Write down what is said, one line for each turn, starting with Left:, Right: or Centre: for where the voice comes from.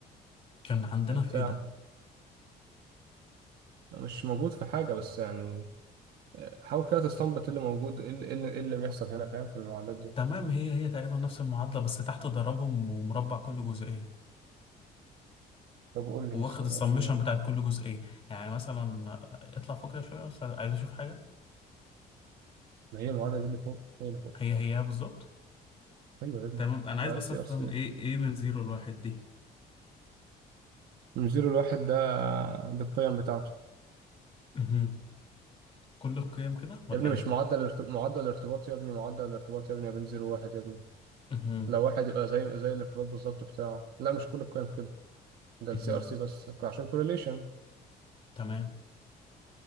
Left: كان عندنا
Right: بتاعه
Left: في ايه ده
Right: مش موجود في حاجة بس يعني آه، حاول كده تستنبط إيه اللي موجود إيه اللي, إيه اللي إيه اللي بيحصل هنا فاهم في المعادلات دي
Left: تمام هي هي تقريبا نفس المعادله بس تحت ضربهم ومربع كل جزئيه
Right: طب قول لي
Left: واخد
Right: مثلا
Left: السمشن
Right: قول لي يعني
Left: بتاعت كل جزئية يعني مثلا اطلع فوق كده شوية بس عايز اشوف حاجة
Right: ما هي المعادلة دي اللي فوق هي اللي فوق
Left: هي هي بالظبط
Right: أيوه يا ابني
Left: تمام انا عايز
Right: ما
Left: بس
Right: ده سي
Left: افهم
Right: ار سي
Left: ايه ايه من زيرو لواحد دي
Right: من زيرو لواحد ده دي القيم بتاعته
Left: مهم. كل القيم كده ولا
Right: يا ابني
Left: ايه
Right: مش معدل الارتب... معدل الارتباط يا ابني معدل الارتباط يا ابني يا بين زيرو وواحد يا ابني
Left: مهم.
Right: لو واحد يبقى زي زي الارتباط بالظبط بتاعه لا مش كل القيم كده ده
Left: مهم.
Right: السي ار سي بس عشان كورليشن
Left: تمام